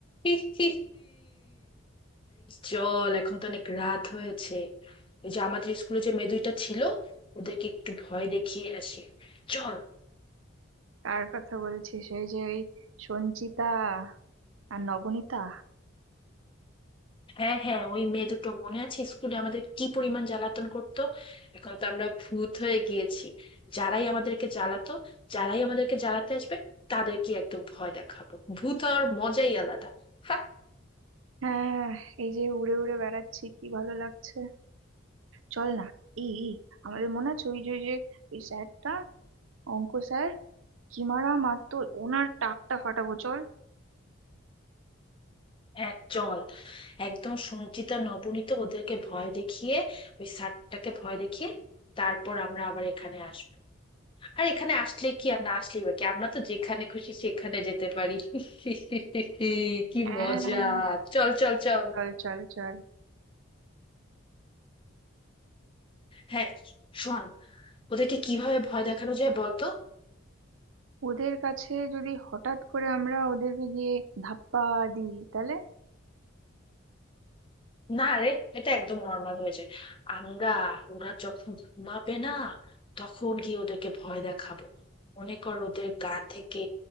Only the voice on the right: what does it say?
কার কথা বলছিস এই যে ওই সঞ্চিতা আর নবনীতা
হ্যাঁ এই যে উড়ে উড়ে বেড়াচ্ছি কি ভালো লাগছে চল না ই ই, আমাদের মনে আছে ওই যে ওই যে ওই স্যারটা অঙ্ক স্যার কি মারা মারতো ওনার টাকটা ফাটাবো চল
হ্যাঁ
চল চল চল
ওদের কাছে যদি হঠাৎ করে আমরা ওদেরকে গিয়ে ধাপ্পা দিই তাহলে